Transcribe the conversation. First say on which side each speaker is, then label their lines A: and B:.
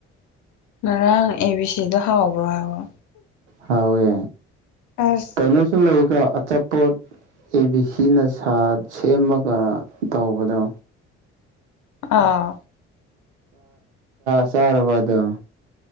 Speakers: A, on the left; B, on the right.
A: ꯉꯔꯥꯡ ꯑꯦ ꯕꯤ ꯁꯤꯗ ꯍꯥꯎꯕ꯭ꯔꯣ ꯍꯥꯏꯕ
B: ꯍꯥꯎꯋꯦ
A: ꯑꯁ
B: ꯀꯩꯅꯣꯁꯨ ꯂꯩꯀꯣ ꯑꯆꯥꯄꯣꯠ ꯑꯦ ꯕꯤ ꯁꯤꯅ ꯁꯥ ꯁꯦꯝꯃꯒ ꯇꯧꯕꯗꯣ
A: ꯑꯥ
B: ꯆꯔꯔꯕꯗ